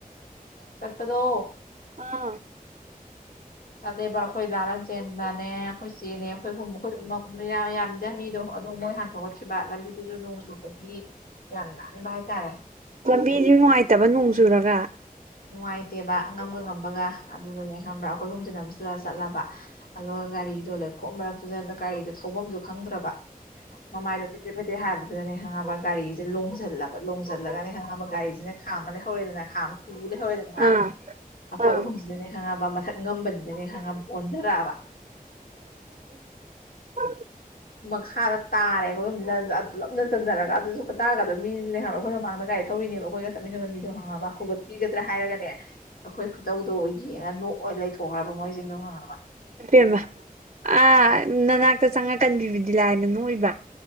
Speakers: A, on the left; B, on the right.
A: ꯆꯠꯄꯗꯣ
B: ꯑꯥ
A: ꯆꯠꯂꯦꯕ ꯑꯩꯈꯣꯏ ꯗꯥ ꯂꯟ ꯆꯦꯟꯕꯅꯦ ꯑꯩꯈꯣꯏ ꯆꯦꯅꯦ ꯑꯩꯈꯣꯏꯒꯨꯝꯕ ꯑꯩꯈꯣꯏ ꯑꯃꯒꯨꯝꯕ ꯗ ꯃꯤꯗꯣ ꯑꯗꯣ ꯃꯣꯏ ꯍꯥꯟꯅ ꯊꯒꯠꯈꯤꯕ ꯂꯝꯕꯤꯗꯨꯁꯨ ꯅꯣꯡ ꯆꯨꯕꯒꯤ ꯌꯥꯝ ꯅꯥꯟꯕ ꯍꯥꯏꯇꯥꯔꯦ
B: ꯂꯝꯕꯤꯗꯨ ꯅꯨꯡꯉꯥꯏꯇꯕ ꯅꯣꯡ ꯆꯨꯔꯒ
A: ꯅꯨꯡꯉꯥꯏꯇꯦꯕ ꯉꯝꯒ ꯉꯝꯕꯒ ꯑꯗꯨꯗꯨꯅꯦ ꯈꯪꯕ꯭ꯔꯥ ꯑꯩꯈꯣꯏ ꯍꯨꯝꯁꯤꯗ ꯅꯝꯁꯤꯜꯂ ꯆꯠꯂꯕ ꯑꯗꯨꯒ ꯒꯥꯔꯤꯗꯣ ꯂꯩꯈꯣ ꯃꯔꯛꯇꯨꯗ ꯒꯥꯔꯤꯗ ꯊꯧꯐꯝꯁꯨ ꯈꯪꯗ꯭ꯔꯕ ꯃꯃꯥꯏꯗꯣ ꯐꯦꯠꯇ꯭ꯔꯦ ꯐꯠꯇꯦ ꯍꯥꯏꯕꯗꯨꯗꯅꯦ ꯍꯪꯉꯕ ꯒꯥꯔꯤꯁꯦ ꯂꯣꯡꯁꯤꯜꯂꯕ ꯂꯣꯡꯁꯤꯜꯂꯒꯅꯦ ꯍꯪꯉꯕ ꯒꯥꯔꯤꯁꯤꯅ ꯍꯥ ꯃꯅꯦ ꯍꯣꯜꯗꯤꯅ ꯈꯥꯡ ꯇꯨꯡꯨ ꯂꯩꯍꯧꯔꯦꯗꯅ
B: ꯑꯥ
A: ꯑꯩꯈꯣꯏ
B: ꯑꯥ
A: ꯑꯍꯨꯝꯁꯤꯅꯅꯦ ꯈꯪꯉꯝꯕ ꯃꯊꯛ ꯉꯝꯕꯅꯤꯅꯅꯦ ꯈꯪꯉ ꯑꯣꯖꯔꯥꯕ
B: ꯍ
A: ꯃꯈꯥꯗ ꯇꯥꯔꯦ ꯑꯩꯈꯣꯏ ꯌꯣꯝꯁꯤꯅ ꯄꯨꯂꯞꯅ ꯆꯟꯊꯔꯒ ꯑꯗꯨꯁꯨ ꯈꯨꯇꯥꯔꯒꯗꯣ ꯃꯤꯅꯦꯍꯜꯔ ꯑꯩꯈꯣꯏ ꯃꯃꯥꯡꯗ ꯀꯥꯏꯗ ꯊꯧꯔꯤꯅꯦꯕ ꯑꯩꯈꯣꯏꯒ ꯆꯠꯃꯤꯟꯅ ꯃꯤꯗꯣ ꯍꯪꯉꯕ ꯍꯧꯒꯠꯄꯤꯒꯗ꯭ꯔꯥ ꯍꯥꯏꯔꯦ ꯍꯥꯏꯔꯒꯅꯦ ꯑꯩꯈꯣꯏ ꯈꯨꯇꯧꯗꯣ ꯑꯣꯏ ꯌꯦꯡꯉ ꯅꯣꯛꯑ ꯂꯩꯊꯣꯛꯈ꯭ꯔꯕ ꯃꯣꯏꯁꯤꯡꯗꯣ ꯍꯪꯉꯕ
B: ꯦꯝꯃ ꯑꯥ ꯅꯅꯥꯛꯇ ꯆꯪꯉꯛꯀꯟꯕꯤꯕꯗꯤ ꯂꯥꯏꯅ ꯅꯣꯏꯕ